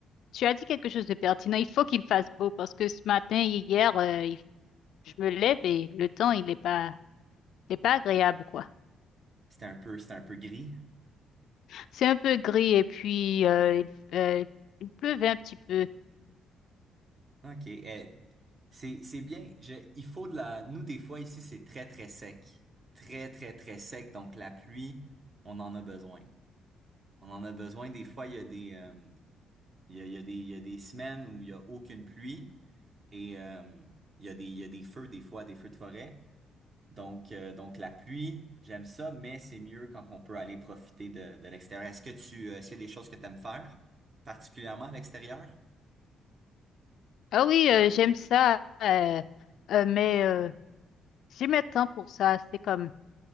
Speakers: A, on the left; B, on the right.
A: tu as dit quelque chose de pertinent. Il faut qu'il fasse beau parce que ce matin et hier, euh, il- je me lève et le temps, il n'est pas, il est pas agréable, quoi.
B: C'était un peu, c'était un peu gris.
A: C'est un peu gris et puis euh, il euh, il pleuvait un petit peu.
B: Ok, eh, c'est c'est bien. Je, il faut de la. Nous des fois ici c'est très très sec, très très très sec. Donc la pluie, on en a besoin. On en a besoin. Des fois il y a des euh, Il y a, il y a des, il y a des semaines où il y a aucune pluie et euh, il y a des, il y a des feux des fois, des feux de forêt. Donc, euh, donc la pluie, j'aime ça, mais c'est mieux quand on peut aller profiter de, de l'extérieur. Est-ce que tu, euh, est-ce qu'il y a des choses que tu aimes faire, particulièrement à l'extérieur?
A: Ah oui, euh, j'aime ça, euh, euh, mais euh, j'ai mes temps pour ça. C'est comme,